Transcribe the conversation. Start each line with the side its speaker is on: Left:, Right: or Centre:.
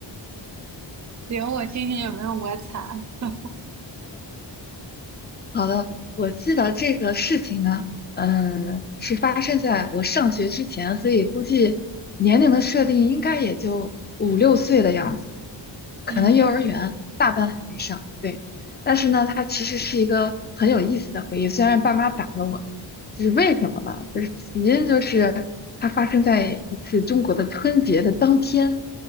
Right: 行，我听听有没有我惨。<laughs>
Left: 好的，我记得这个事情呢，嗯，是发生在我上学之前，所以估计年龄的设定应该也就五六岁的样子，可能幼儿园大班还没上。
Right: 嗯
Left: 对，但是呢，它其实是一个很有意思的回忆。虽然爸妈打了我，就是为什么呢？就是起因就是它发生在一次中国的春节的当天，